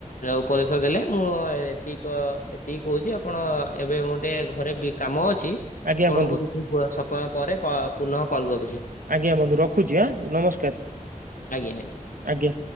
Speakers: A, on the left; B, on the right.
A: ଉପଦେଶ ଦେଲେ ମୁଁ ଏତିକ ଏତିକି କହୁଛି ଆପଣ ଏବେ ମୁଁ ଟିକେ ଘରେ ଭି କାମ ଅଛି
B: ଆଜ୍ଞା
A: ଆପଣଙ୍କୁ
B: ବନ୍ଧୁ
A: କିଛି ସମୟ ପରେ ପୁନଃ କଲ କରୁଛି।
B: ଆଜ୍ଞା ବନ୍ଧୁ ରଖୁଛି ଆଁ ନମସ୍କାର।
A: ଆଜ୍ଞା ଆଜ୍ଞା।
B: ଆଜ୍ଞା।